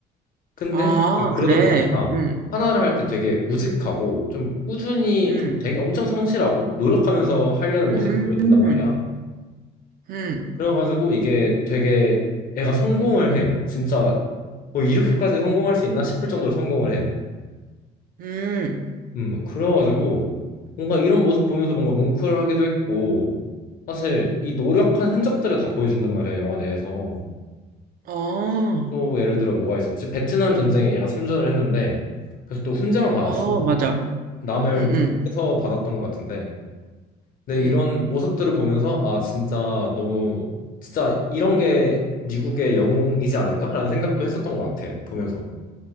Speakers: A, on the left; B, on the right.
A: 근데
B: 아,
A: 그러다
B: 그래?
A: 보니까
B: 음,
A: 하나를 할 때 되게 우직하고 좀 꾸준히
B: 음,
A: 좀 되게 엄청 성실하고 노력하면서 하려는
B: 음,
A: 모습을 보여준단 말이야.
B: 음.
A: 그래가지고 이게 되게 애가 성공을 해. 진짜 뭐 이렇게까지 성공할 수 있나 싶을 정도로 성공을 해.
B: 음.
A: 음, 그래가지고 뭔가 이런 모습 보면서 뭔가 뭉클하기도 했고 사실 이 노력한 흔적들을 다 보여준단 말이야 영화 내에서
B: 어,
A: 또 예를 들어 뭐가 있었지 베트남 전쟁에 얘가 참전을 했는데 그래서 또 훈장을 받았어
B: 어, 맞아.
A: 남을
B: 응, 응,
A: 해서 받았던 것 같은데 근데
B: 응.
A: 이런 모습들을 보면서 아 진짜 너무 진짜 이런 게 미국의 영웅이지 않을까라는 생각도 했었던 것 같아 보면서